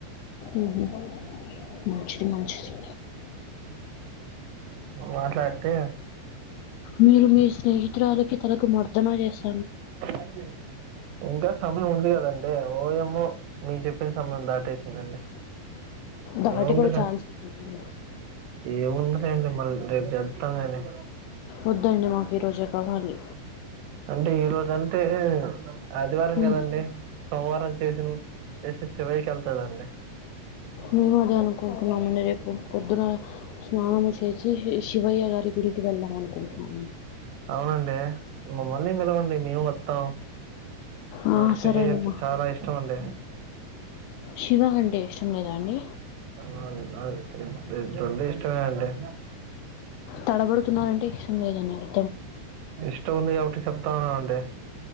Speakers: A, on the left; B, on the right.
A: ఊహూ మంచిది మంచిది
B: మాట్లాడితే
A: మీరు మీ స్నేహితురాలకి తలకు మర్దన చేస్త
B: అది ఇంకా సమయం ఉంది కదండి ఓయమ్మో మీరు చెప్పిన సమయం దాటేసిందండి
A: దాటి
B: ఏ ఉందిలె
A: కూడా చాలా సేపు అయింది.
B: ఏముందిలేండి మళ్ళీ రేపు చెప్తాం కానీ
A: వద్దండి మాకు ఈ రోజే కావాలి
B: అంటే ఈ రోజు అంతే ఆదివారం
A: మ్మ్.
B: కదండి సోమవారం చేసిన చేసి శివయ్య కి వెళ్తదండి
A: మేము అదే అనుకుంటున్నామండి రేపు పొద్దున స్నానము చేసి శివయ్య గారి గుడికి వెళ్దాం అనుకుంటున్నామండి
B: అవునండి మమ్మల్ని పిలవండి మేము వత్తాం
A: ఆ,
B: నాకు శివయ్య
A: సరే అండి
B: అంటే
A: మా
B: చాలా ఇష్టం అండి
A: శివ అంటే ఇష్టం లేదా అండి
B: అ అ <unintelligible> ఇష్టంమే అండి
A: తడబడుతున్నారంటే ఇష్టం లేదన్నారు
B: ఇష్టం ఉంది కాబట్టి చెప్తాను అన్నానండి